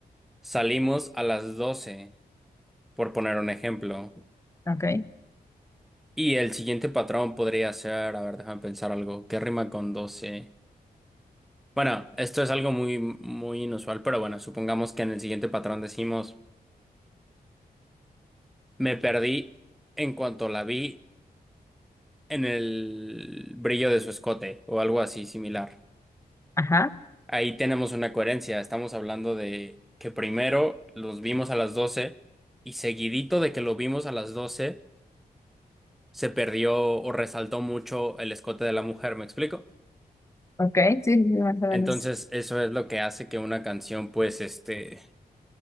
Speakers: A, in the centre; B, on the left (about 15°).
A: salimos a las 12, por poner un ejemplo.
B: Ok.
A: Y el siguiente patrón podría ser, a ver, déjame pensar algo, ¿qué rima con doce. Bueno, esto es algo muy, muy inusual, pero bueno, supongamos que en el siguiente patrón decimos, me perdí en cuanto la vi en el brillo de su escote o algo así similar.
B: Ajá.
A: Ahí tenemos una coherencia. Estamos hablando de que primero los vimos a las 12 y seguidito de que lo vimos a las 12 se perdió o resaltó mucho el escote de la mujer, ¿me explico?
B: Ok. Sí, sí, sí, más o menos.
A: Entonces eso es lo que hace que una canción pues este